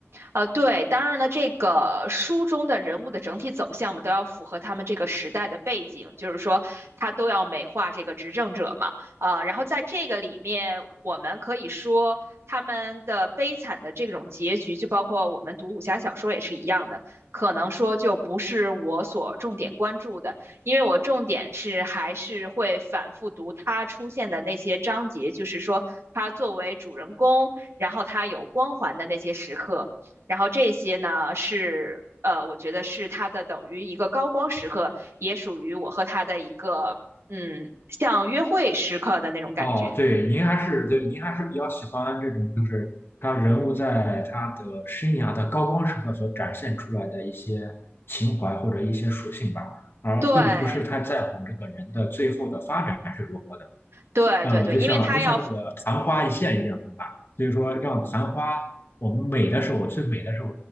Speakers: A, on the right; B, on the left.
A: 呃，对，当然了，这个书中的人物的整体走向嘛，都要符合他们这个时代的背景，就是说他都要美化这个执政者嘛。呃，然后在这个里面，我们可以说他们的悲惨的这种结局，就包括我们读武侠小说也是一样的，可能说就不是我所重点关注的，因为我重点是还是会反复读他出现的那些章节，就是说他作为主人公，然后他有光环的那些时刻。然后这些呢是呃，我觉得是他的等于一个高光时刻，也属于我和他的一个嗯，像约会时刻的那种感觉。
B: 哦，对，您还是对，您还是比较喜欢这种，就是他人物在他的生涯的高光时刻所展现出来的一些情怀或者一些属性吧，而并不是太在乎这个人的最后的发展是如何的。
A: 对对对对，
B: 呃，就像就像那个昙花一现一样，
A: 因为他要
B: 对吧？所以说，让昙花我们美的时候，最美的时候